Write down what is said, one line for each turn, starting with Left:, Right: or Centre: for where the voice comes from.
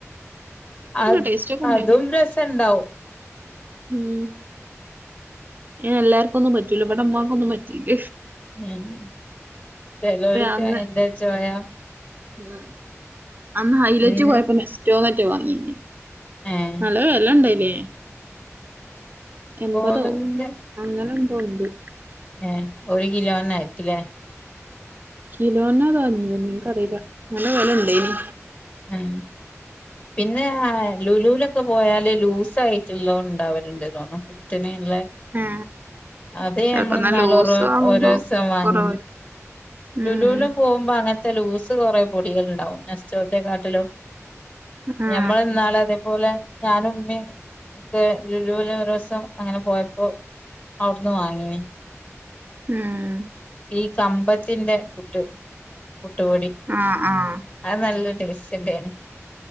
Left: അത്
Right: ടേസ്റ്റ് ഒക്കെ ഉണ്ടേന്
Left: അതും രസണ്ടാവും
Right: ഉം എല്ലാര്ക്കൊന്നും പറ്റൂല ഇവടെ ഉമ്മാക്കൊന്നും പറ്റീല
Left: ഏഹ് ചെലോല്ക്ക്
Right: അന്ന്
Left: അയിന്റെ ചൊയാ
Right: ഉം അന്ന് ഹൈലൈറ്റ്
Left: ഉം
Right: പോയപ്പോ നെസ്റ്റോന്നാറ്റെ വാങ്ങീനി
Left: ഏഹ്
Right: നല്ല വെല ഇണ്ടയിനേ എമ്പതോ
Left: ഗോതമ്പിന്റെ
Right: അങ്ങനെന്തോ ഉണ്ട്
Left: ഏഹ് ഒരു കിലോനായിരിക്കുലേ
Right: കിലോനോ അതോ അഞ്ഞൂറിനെനിക്ക് അറിയില്ല നല്ല വെല ഇണ്ടേനി
Left: ഏഹ് പിന്നെ ആ ലുലൂലൊക്കെ പോയാല് ലൂസായി റ്റ്ള്ളോ ഇണ്ടാവല്ണ്ട് തോണും പുട്ടിന് ഇള്ളെ
Right: ആ,
Left: അത്
Right: ചെലപ്പോ
Left: ഞമ്മളിന്നാളൊറോ
Right: നല്ല ലൂസ് വാങ്ങുമ്പോ
Left: ഒരൂസം വാങ്ങിനി
Right: കുറവായിരിക്കും ഉം
Left: ലുലൂല് പോവുമ്പോ അങ്ങനത്തെ ലൂസ് കൊറേ പൊടികള്ണ്ടാവും നെസ്റ്റോത്തെക്കാട്ടിലും
Right: ആ
Left: ഞമ്മളിന്നാള് അതേപോലെ ഞാനും ഉമ്മിം ക്ക് ലുലൂലൊരൂസം അങ്ങനെ പോയപ്പോ അവിടന്ന് വാങ്ങീന്
Right: ഉം
Left: ഈ കമ്പത്തിന്റെ പുട്ട് പുട്ട്പൊടി
Right: ആഹ് ആഹ്
Left: അഅ് നല്ല ടേസ്റ്റൻ്റേണ്